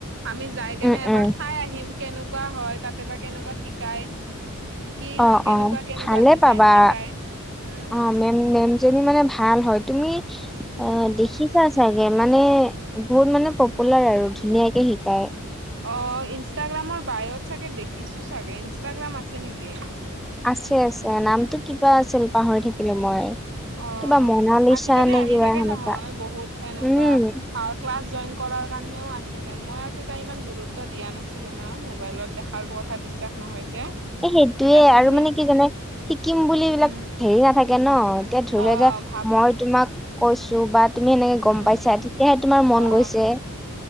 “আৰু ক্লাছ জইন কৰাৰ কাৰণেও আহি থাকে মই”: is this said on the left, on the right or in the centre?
Right